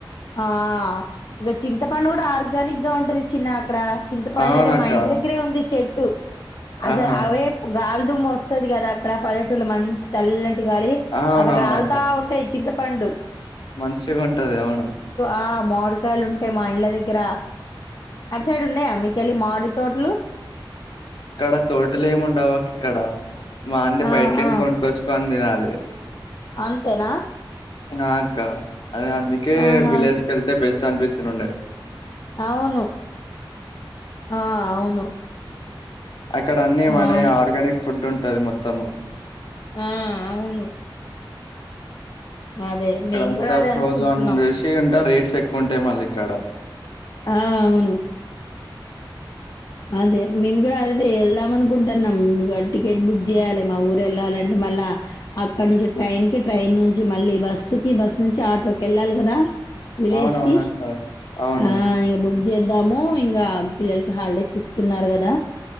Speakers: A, on the left (about 50°); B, on the left (about 70°).
A: ఆ ఇక చింతపండు కూడా ఆర్ గానిక్ గా ఉంటంది చిన్నక్ ఇక్కడ చింతపండు
B: అవునక్క
A: అదే మా ఇంటి దగ్గరే ఉంది చెట్ టూ అసలు
B: ఆహా
A: అవే గాలిదుుమ్మ వస్తుది కదా అక్కడ పల్లటూల మంచి చల్లటి గా దిగాలి
B: అవునవునక్క
A: అక్కడ రాలతా ఉంటాయి చింత ప పండు
B: మంచిగా ఉంటది అవును
A: ఆ మామిడికాయలుంటే మా ఇళ్ల దగ్గర అటు సైడ్ ఉన్నాయ మీ కెళ్ళి మామి తోట్లు
B: ఇక్కడ తోటలేమ్ ఉండవ్ అక్ ఇక్కడ మాంది
A: ఆ!
B: బయ్టికెన్
A: ఆ!
B: కొన్ కొచ్చుకో అ దినాలే
A: అంతేనా
B: నాకా అదే అందుకే
A: ఆహా!
B: విలేజ్ కెళ్తె బెస్ట్ చాన్బిస్సెనుండే
A: అవును ఆహ్ అవును
B: అక్కడ అన్ని వనీ
A: అవును.
B: ఆర్గానిక్ ఫుడ్ ఉ తది మొత్తము
A: ఆహ్ అవును అదే
B: ఇక్కడంతా
A: మేము కూడా అదే
B: ఫ్రోజోన్
A: అనుకుంటున్నాం.
B: వేసి అంతా రేట్ చెక్కుంటే మళ్ళి ఇక్కడ.
A: ఆహ్ అవును అదే మేమ్ గూడా అదే ఎళ్దాం అనుకుంటున్నాం ఇగ టికెట్ బుక్ జేయ్యాలి మా ఊరు ఎళ్ళాలంటే మళ్ళా అక్కడ నుంచి ట్రైన్ కి ట్రైన్ నుంచి మళ్ళీ బస్సు కి బస్ నుంచి ఆటోకి ఎళ్ళాలి గదా. విలేజ్కి
B: అవునవునక్క. అవును.
A: ఆహ్ ఇగ బు జేద్దాము ఇగా పిల్లలకి హాలిడేస్ ఇస్తున్నారు గదా